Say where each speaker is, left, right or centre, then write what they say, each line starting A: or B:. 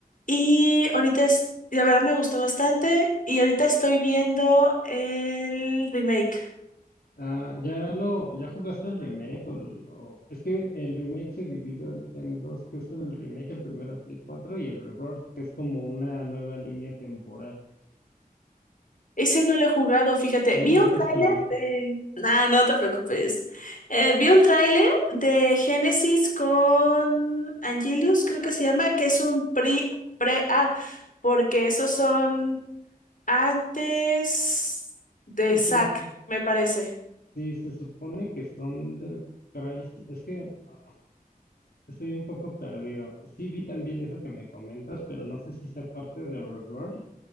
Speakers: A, on the left; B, on the left.
A: y ahorita es, la verdad me gustó bastante. Y ahorita estoy viendo el remake.
B: Ah, ya lo, ya jugaste el remake o lo- es que el remake se divide ahorita en dos, que es el remake, el primero de Play 4 y el Rebirth, que es como una nueva línea temporal.
A: Ese no lo he jugado, fíjate.
B: Y
A: Vi
B: ya
A: un
B: te
A: tráiler
B: spoilé.
A: de... Nah, no te preocupes. Eh, vi un tráiler de Genesis con Angelus, creo que se llama, que es un pre, pre-A, porque esos son antes de
B: Ah,
A: Zack,
B: Son,
A: me parece.
B: sí, se supone que son del Crysis, es que ah, estoy un poco perdido. Sí vi también eso que me comentas, pero no sé si sea parte de Rebirth